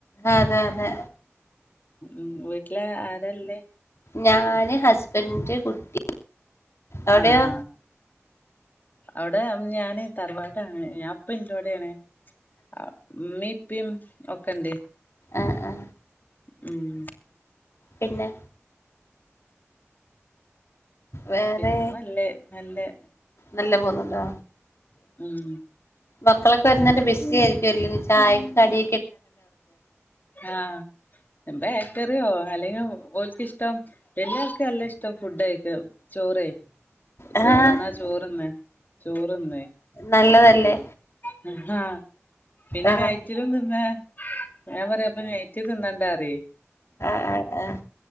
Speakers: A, on the left (about 65°); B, on the left (about 40°).
A: അതെ അതെ
B: ഉം വീട്ടില് ആരാ ഇല്ലേ
A: ഞാന് ഹസ്ബന്റ് കുട്ടി അവിടെയോ
B: ആഹ് ആ അവിടെ ഉം ഞാന് തറവാടാണ് ഞാ ഇപ്പൊ ഇൻ്റോടെയാണ് ആ ഇമ്മിം ഇപ്പിം ഒക്കെണ്ട്
A: ആ ആ
B: ഉം
A: പിന്നെ വേറെ
B: പിന്നെ നല്ലേ നല്ലേ
A: നല്ല പോന്നുണ്ടോ
B: ഉം
A: മക്കളൊക്കെ വരുന്നെന്റെ ബിസി ആയിരിക്കും അല്ലെ ചായക്ക് കടി
B: ആ ബേക്കറിയോ അല്ലെങ്കിൽ ഓൽക്ക് ഇഷ്ടം എല്ലാവർക്കും അല്ലേ ഇഷ്ടം ഫുഡായിക്കാ ചോറ് ചോ
A: ആഹ്
B: വന്നാ ചോറ്ന്ന് ചോറ്ന്ന്
A: നല്ലതല്ലേ
B: പിന്നാ പിന്നാ
A: ആഹ്
B: നൈറ്റിലും തിന്നാ ഞാൻ പറയാ അപ്പൊ നൈറ്റ് തിന്നാണ്ട <unintelligible>
A: ആഹ് ആഹ് ആഹ്